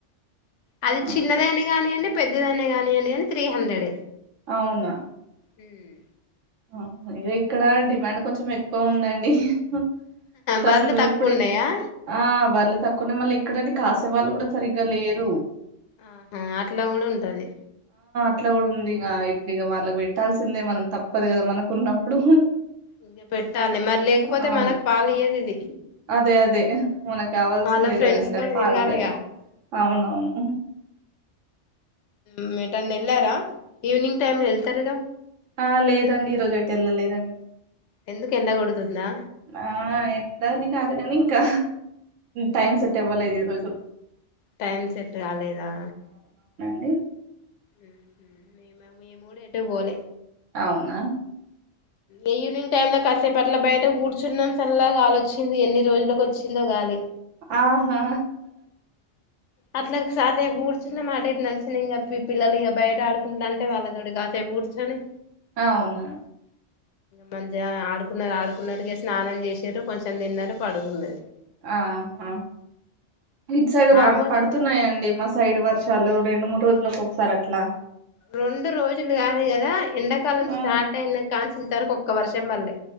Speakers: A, on the left; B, on the right.
A: అది
B: ఆ!
A: చిన్నదనే కాగాని అడి పెద్దదనే కానినీయంండి కాని త్రీ హండ్రెడ్
B: అవునా
A: హ్మ్
B: ఆ! అయ్యో ఇక్కడ డిమాండ్ కొంచెం ఎక్కువ ఉందండి బే హు హా
A: బర్లు
B: అసలు
A: తక్కువ
B: ఇప్పుడు
A: ఉన్నాయా
B: ఆ వాళ్ళ తక్కువనే మళ్ళీ ఎక్కడనికి కాసేవాళ్ళు కూడా సరిగ్గా లేరు
A: ఆహా అట్లా కూడా ఉంటది
B: ఎట్లా కూడా ఉంది ఇ ఇప్పుడు ఇక వాళ్ళకి పెట్టాల్సిందే మనం తప్ప తప్పదు కదా మనకున్నప్పుడు
A: ఇంక పెట్టాలి మరి లేకపోతే
B: అవును
A: మనకు పాలు ఇయ్యదు ఇది
B: అదే అదే మనకు కావాల్సిందే
A: వాళ్ళ ఫ్రెండ్స్
B: కదండడి
A: తోటి
B: పాాల
A: తిరగాలిగా
B: అవునవును
A: ఉమ్ ఏటాన్న ఎలారా ఈవినింగ్ టైమ్ లో వెళ్తారుగా
B: ఆ లేదండి ఈ రోజు అటు వెళ్ళలేదండి
A: ఎందుకు ఎండ కొడుతుందా
B: ఆ ఎంతాన్ని కా అదు కానీ ఇంకా టైమ్ సెట్ ఇవ్వలేదు ఈ రోజు
A: టైం సెట్ కాలేదా
B: అది
A: ఉ మేము కూడా ఏటు పోలే
B: అవునా
A: ఈవినింగ్ టైమ్ లో కాసేపట్ల బయట కూర్చున్నాం చల్లగాలిచ్చింది ఎన్ని రోజులలకు వచ్చిందో గాలి
B: ఆహా
A: అట్లా కాసేపు కూర్చున్న మాట నలిసిన ఇంక పిల్లలు ఇంకా బయట ఆడుకుంటు అంటే వాళ్ళతోడి కాసే కూర్చొని
B: అవునా
A: మధ ఆడుకున్నారు ఆడుకున్నారుకి స్నానం చేసారు కొంచెం తిన్నారు పడుకున్నది
B: ఆ హ ఇటు సైడ్
A: మాము
B: పడుతున్నాయండి మా సైడ్ వర్షాలు రెండు మూడు రోజులలకు ఒకసారి అట్లా
A: రెండు రోజులు కాదు కదా ఎండాకాలం
B: ఆ
A: స్టార్ట్ అయిన కాన్ ఇంతవరకు ఒక్క వర్షం పల్లె